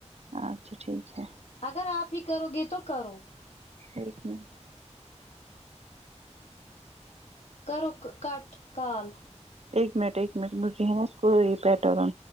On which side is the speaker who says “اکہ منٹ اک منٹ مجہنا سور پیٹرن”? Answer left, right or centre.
Right